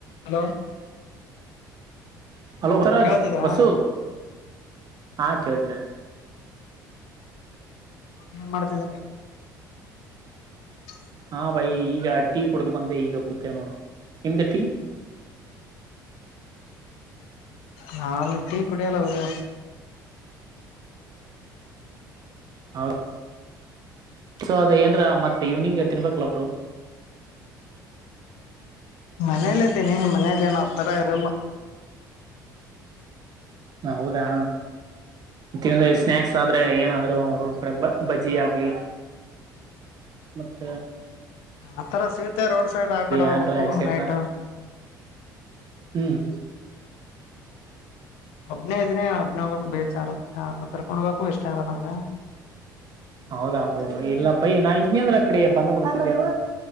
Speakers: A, on the left (about 60°); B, on the right (about 40°).
A: Hello
B: hello ಭರಾಜ್
A: ಕೇಳ್ತಿದೀರಾ
B: bus ಹಾ ಕೇಳ್ತಿದೆ.
A: ಏನ್ ಮಾಡ್ತಿದ್ರಿ <inaudible>
B: ಹಾ ಬೈ ಈಗ ಟೀ ಕುಡ್ದ್ ಬಂದೆ ಈಗ ಕೂತೇವ್ ನೋಡು ನಿಮ್ದ ಟೀ.
A: ನಾನ್ ಟೀ ಕುಡಿಯಲ್ಲ ಬ್ರೋ
B: ಹೌ ಸೊ ಅದ ಏನ್ರ ಮತ್ತೆ ಇವ್ನಿಂಗ್ ತಿನ್ಬೇಕಲ ಬ್ರೋ.
A: ಮನೇಲಿದ್ದೀನಿ ಮನೇಲೇನ್ ಆ ತರ ಇರಲ್ಲ.
B: ಹೌದಾ ತಿನ್ದೆ ಸ್ನಾಕ್ಸ್ ಆದ್ರೆ ಏನಾದ್ರು ರೋಡ್ ಕಡೆ ಬ ಬಜ್ ಜಿ ಆಗ್ಲಿ ಮತ್ತ
A: ಆತರ ಸಿಗುತ್ತೆ ರೋಡ್ ಸೈಡ್ ಆ ಕಡೆ ಹೋಗ್ಬೇಕು
B: ಏನ್ರ ಎಕ್ಸೆಟ್ರಾ
A: ನೈಟ್.
B: ಹ್ಮ್
A: ಒಬ್ನೇ ಇದೀನಿ ಒಬ್ನೇ ಹೋಗಕ್ ಬೇಜಾರು ರ್ಯಾನು ಕರ್ಕೊಂಡ್ ಹೋಗಕು ಇಷ್ಟ ಇಲ್ಲ ನಂಗೆ.
B: ಹೌದಾ ಬ್ರೋ ಇಲ್ಲ ಬೈ ನಾ ಇದ್ನ್ಯಂದ್ರ ಅ ಕಡೆ ಬಂದ ಬಿಡ್ತಿದ್ದೇ